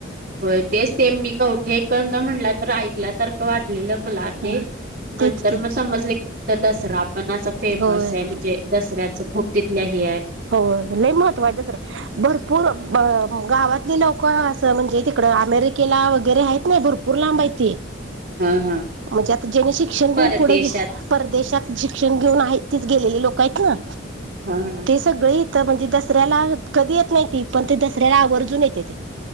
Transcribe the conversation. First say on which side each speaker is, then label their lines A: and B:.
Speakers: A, on the right; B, on the right.
A: हो तेच ते मी कवठे एकंद म्हटल्यानंतर ऐकल्यासारखं वाटलेलं मला. ते
B: हा
A: नंतर
B: तेच की
A: मग समजले की त दसरा. पण अस फेमस
B: होय
A: आहे म्हणजे दसऱ्याच खूप तिथल्या हे आहे.
B: होय. लय महत्त्व आहे दसऱ्या भरपूर गावातली लोक असं म्हणजे तिकड अमेरिकेला वगैरे आहेत नाही भरपू भरपूर लांब आहेती.
A: हा हा
B: म्हणजे आता जेनी शिक्षण
A: परदेशात
B: घेऊन पुढे गे परदेशात शिक्षण घेऊन आहेत तच गेलेले लोक आहेत ना.
A: हा.
B: सगळी इथं म्हणजे दसऱ्याला कधी येत नाही ती पण ती दसऱ्याला आवर्जून येत्या ती.